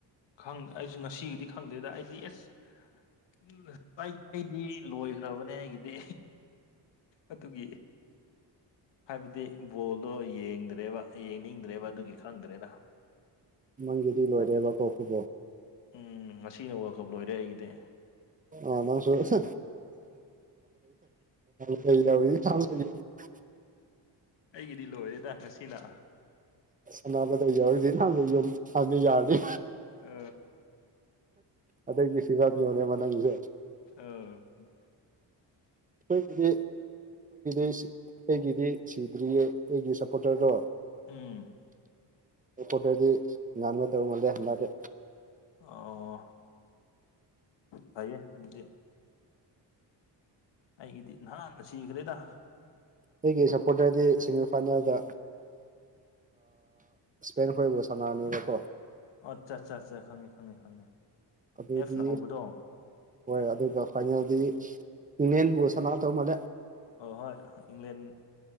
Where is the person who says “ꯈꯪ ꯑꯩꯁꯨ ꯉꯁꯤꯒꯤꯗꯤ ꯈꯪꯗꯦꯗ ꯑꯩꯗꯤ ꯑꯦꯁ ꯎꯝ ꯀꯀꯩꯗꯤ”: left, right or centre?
Left